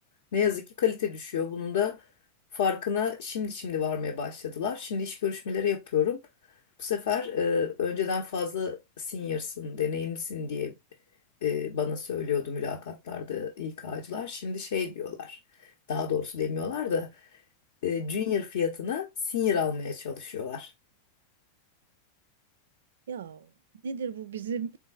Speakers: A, on the left; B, on the right.
A: Ne yazık ki kalite düşüyor. Bunun da farkına şimdi şimdi varmaya başladılar. Şimdi iş görüşmeleri yapıyorum. Bu sefer e, önceden fazla senior'sın, deneyimlisin diye e, bana söylüyordu mülakatlarda İK'cılar. Şimdi şey diyorlar, daha doğrusu demiyorlar da e, junior fiyatına senior almaya çalışıyorlar.
B: ya nedir bu bizim